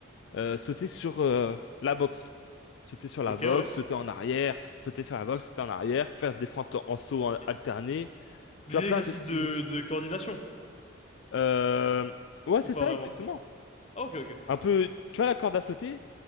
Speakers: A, on the left; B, on the left.
A: euh, sauter sur euh, la boxe. Sauter sur la
B: Ok,
A: boxe,
B: ouais.
A: sauter en arrière, sauter sur la boxe, sauter en arrière, faire des fentes en saut en-
B: Et
A: alterné
B: Des
A: Tu as plein
B: exercices
A: de petits.
B: de... de coordination
A: euh, Ouais, c'est
B: ou pas
A: ça,
B: vraiment?
A: exactement.
B: Ah, ok, ok.
A: Un peu. Tu vois la corde à sauter?